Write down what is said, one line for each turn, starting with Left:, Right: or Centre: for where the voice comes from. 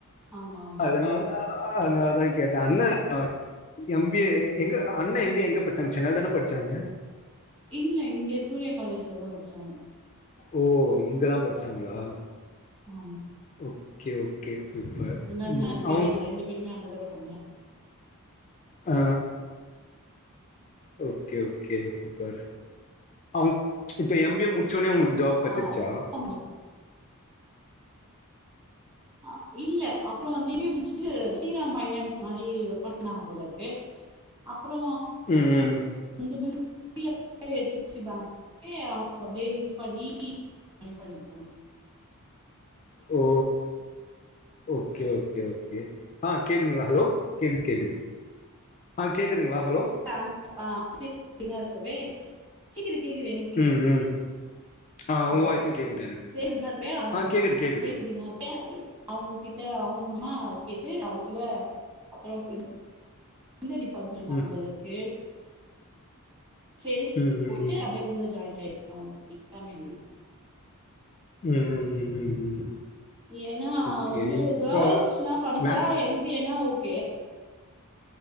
Right: ஆமா ஆமா
Left: அதனால
Right: ஆமாங்க
Left: தா அந்த அதா கேட்டே அண்ண ஆ எம் பி எ எங்க அண்ண எம் பி எ எங்க படிச்சாங்க சென்னைல தான படிச்சாங்க
Right: இல்ல இங்க சூர்யா காலேஜ்ல தா படிச்சாங்க
Left: ஓ இங்கதா படிச்சாங்ளா
Right: ஆமா
Left: ஓகே ஓகே சூப்பர்
Right: அந்த அண்ணா
Left: ம்
Right: பெரிய
Left: அவுங்
Right: ரெண்டு பேருமே அங்கதா படிச்சாங்க
Left: ஆ ஓகே ஓகே சூப்பர் அவ்ங் இப்ப எம் பி எ முடிச்சோனே உங்களுக் ஜாப் கெட்ச்சிர்சா
Right: ஆ அவங்க அ இல்ல அப்ற அங்கேவே முச்சுட்டு ஸ்ரீராம் பைனான்ஸ் மாரி ஒர்க் பண்ணாங்க போலருக்கு அப்றோ
Left: ம் ம்
Right: இந்த பில் <inaudible> <unintelligible> சிரிச்சிப்பாங்கன்னு அவ்ங்க அப்டியே லிங்க் பண்ணி ஜாய்ன் பண்ணிக்கலாங்
Left: ஓ ஓகே ஓகே ஓகே ஆ கேக்குதுங்ளா ஹலோ கேக்குது கேக்குது ஆ கேக்குதுங்ளா ஹலோ
Right: <inaudible> இருக்குமே கேக்குது கேக்குது எனக்
Left: ம் ம் ஆ
Right: ஹலோ
Left: உங்க வாய்ஸு கேக்குது எனக்கு
Right: சேர்ந்தினா இருப்பே அவ்ங்க
Left: கேக்குது
Right: ஆ
Left: கேக்குது
Right: சேர்ந்தினா இருப்பே அவ்ங்க கிட்ட அவ்ங்க மூலிமா கேட்டு அதுக்குள்ள அப்பறோ இன் இந்த டிபார்ட்மெண்ட்னாங்க
Left: ம்
Right: போலருக்கு சேல்ஸ் இப்ப
Left: ம் ம்
Right: போட்டு
Left: ம்
Right: அப்டியே உள்ள ஜாய்ண்ட் ஆய்ருக்காங்க எக்ஸாம் எழுதி
Left: ம் ம் ம் ம் ம்
Right: ஏனா
Left: ஓகே
Right: வந்து
Left: இப்ப
Right: கேர்ள்ஸ்னா படிச்சா
Left: மேக்ஸு
Right: எம் சி எ னா ஓகே